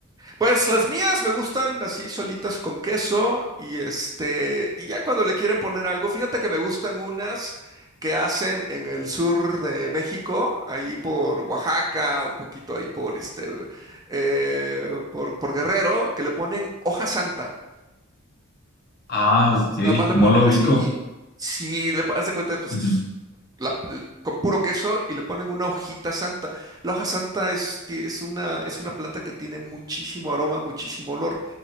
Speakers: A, on the right (about 15°); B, on the left (about 45°).
A: Pues las mías me gustan así solitas con queso y este, y ya cuando le quieren poner algo, fíjate que me gustan unas que hacen en el sur de México, ahí por Oaxaca, un poquito ahí por este, eh, por, por Guerrero, que le ponen hoja santa.
B: Ah,
A: Entonces
B: ok,
A: nada más le
B: no
A: ponen
B: lo ubico.
A: así y si le das de cuenta, pues
B: Ujú.
A: es la- con puro queso y le ponen una hojita santa. La hoja santa es, ti- es una, es una planta que tiene muchísimo aroma, muchísimo olor.